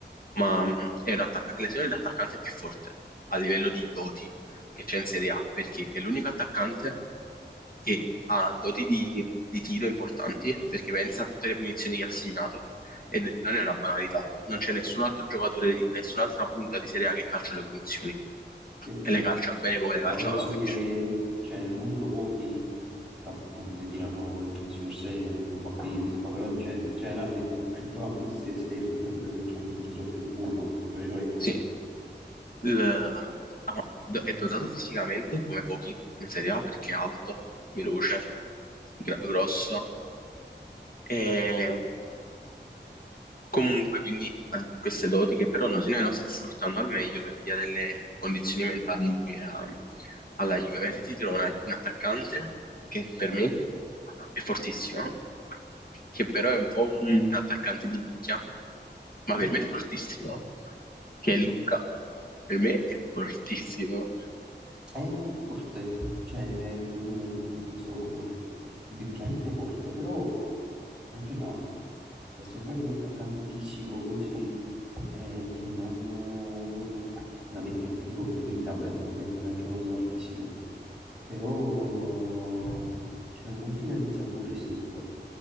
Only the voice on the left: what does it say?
ma mh, è un attacca- l'esempio di attaccante più forte a livello di doti che c'è in Serie A, perché è l'unico attaccante che ha doti di, di tiro importanti, perché pensa a tutte le punizioni che ha segnato, e non è una banalità, non c'è nessun altro giocatore, nessun'altra punta di Serie A che calcia le punizioni,
e le calcia bene come le
calcia
Vlahovic.
Sì, Il- ah, no, do- è dotato fisicamente come pochi in Serie A perché è alto, veloce, gra- grosso e comunque quindi ha queste doti che però no- noi non sta sfruttando al meglio per via delle condizioni mentali in cui è um, alla Juve. Avete ti trovo una- un attaccante che per me è fortissimo, che però è un po' un attaccante di nicchia, ma
per me è fortissimo, che è Luca. Per me è fortissimo.